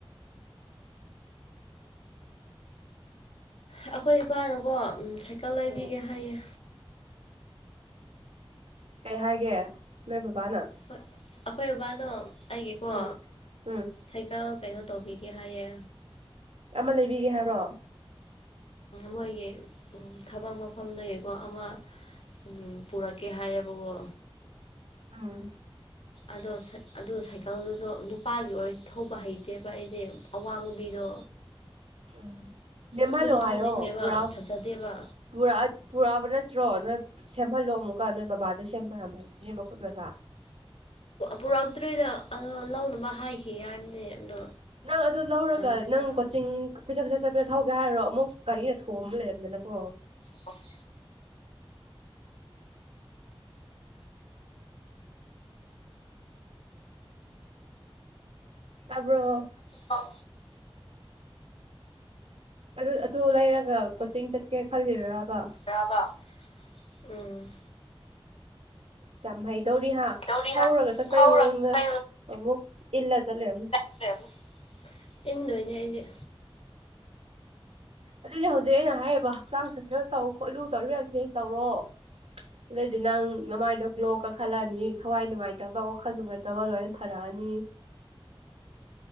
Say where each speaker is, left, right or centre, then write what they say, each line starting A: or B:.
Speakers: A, on the left; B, on the right.
A: ꯑꯩꯈꯣꯏ ꯏꯄꯥꯅꯀꯣ ꯁꯥꯏꯀꯜ ꯂꯩꯕꯤꯒꯦ
B: ꯎꯝ
A: ꯍꯥꯏꯌꯦ
B: ꯀꯩ ꯍꯥꯏꯒꯦ ꯅꯣꯏ ꯕꯕꯥꯅ
A: ꯣꯏ ꯑꯩꯈꯣꯏ ꯕꯕꯥꯗꯣ ꯑꯩꯒꯦꯀꯣ
B: ꯎꯝ ꯎꯝ
A: ꯁꯥꯏꯀꯜ ꯀꯩꯅꯣ ꯇꯧꯕꯤꯒꯦ ꯍꯥꯏꯌꯦ
B: ꯑꯃ ꯂꯩꯕꯤꯒꯦ ꯍꯥꯏꯕ꯭ꯔꯣ
A: ꯃꯣꯏꯒꯤ ꯊꯕꯛ ꯃꯐꯝꯗꯒꯤꯀꯣ ꯑꯃ ꯎꯝ ꯄꯨꯔꯛꯀꯦ ꯍꯥꯏꯌꯦꯕꯀꯣ
B: ꯑꯥ
A: ꯑꯗꯣ ꯑꯗꯨ ꯁꯥꯏꯀꯜꯗꯨꯁꯨ ꯅꯨꯄꯥꯒꯤ ꯑꯣꯏ ꯊꯧꯕ ꯍꯩꯇꯦꯕ ꯑꯩꯁꯦ ꯑꯋꯥꯡꯕꯤꯗꯣ
B: ꯎꯝ ꯅꯦꯝꯍꯜꯂꯣ
A: ꯊꯧꯂꯨ ꯊꯧꯅꯤꯡꯗꯦꯕ
B: ꯍꯥꯏꯌꯣ ꯄꯨꯔꯛ
A: ꯐꯖꯗꯦꯕ
B: ꯄꯨꯔꯛꯑ ꯄꯨꯔꯛꯑꯕ ꯅꯠꯇ꯭ꯔꯣ ꯅꯣꯏ ꯁꯦꯝꯍꯜꯂꯣ ꯑꯃꯨꯛꯀ ꯅꯣꯏ ꯕꯕꯥꯗꯣ ꯁꯦꯝꯕꯅ ꯍꯥꯏꯩ ꯁꯦꯝꯕꯨꯠ ꯃꯆꯥ
A: ꯄꯨꯔꯛꯇ꯭ꯔꯤꯗ ꯂꯧꯅꯕ ꯍꯥꯏꯈꯤ ꯍꯥꯏꯕꯅꯦ ꯑꯗꯣ
B: ꯅꯪ ꯑꯗꯨ ꯂꯧꯔꯒ
A: ꯇꯜꯂꯦꯗ
B: ꯅꯪ ꯆꯤꯡ ꯀꯩꯆꯠ ꯀꯨꯆꯠ ꯆꯠꯄꯦꯗ ꯊꯧꯒꯦ ꯍꯥꯏꯔꯣ ꯑꯃꯨꯛ ꯒꯥꯔꯤꯅ ꯊꯣꯡꯑꯝꯕ ꯂꯩꯔꯝꯗꯅꯀꯣ
A: ꯍꯁ
B: ꯇꯥꯄ
A: ꯑꯣ
B: ꯑꯗꯨ ꯑꯗꯨ ꯂꯩꯔꯒ ꯀꯣꯆꯤꯡ ꯆꯠꯀꯦ ꯈꯜꯂꯤꯔꯔꯕ
A: ꯭ꯔꯕ ꯎꯝ
B: ꯆ ꯀꯩꯗꯧꯔꯤ ꯍꯥ
A: ꯗꯧꯔꯤ
B: ꯊꯧꯔꯒ ꯆꯠꯄꯩ
A: ꯊꯧꯔꯒ
B: ꯃꯑꯣꯡꯗ ꯑꯃꯨꯛ ꯏꯜꯂ ꯆꯠꯂꯔꯝꯅꯤ
A: <unintelligible> ꯏꯗꯨꯏꯅꯦ ꯑꯩ
B: ꯑꯗꯨꯏꯗꯤ ꯍꯧꯖꯤꯛ ꯑꯩꯅ ꯍꯥꯏꯔꯤꯕ ꯍꯛꯆꯥꯡ ꯁꯥꯖꯦꯜ ꯇꯧ ꯈꯣꯠꯂꯨ ꯇꯧꯔꯤꯕ ꯃꯌꯥꯝꯁꯦ ꯇꯧꯔꯣ ꯑꯗꯨꯗꯩꯗꯤ ꯅꯪ ꯅꯃꯥꯏꯗꯣ ꯒ꯭ꯂꯣ ꯀꯥꯈꯠꯂꯑꯅꯤ ꯊꯋꯥꯏ ꯅꯨꯡꯉꯥꯏꯇꯕ ꯋꯥꯈꯜ ꯅꯨꯡꯉꯥꯏꯇꯕ ꯂꯣꯏꯅ ꯐꯔꯛꯑꯅꯤ